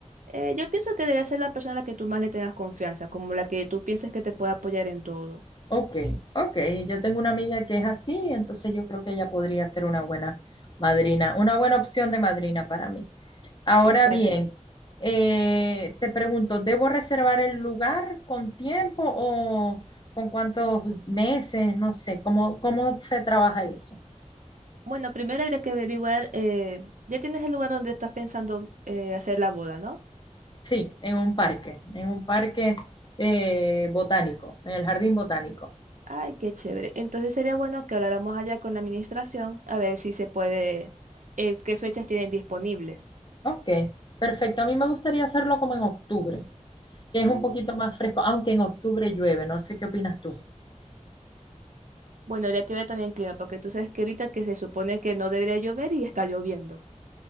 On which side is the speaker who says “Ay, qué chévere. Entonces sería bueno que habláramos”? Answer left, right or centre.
Right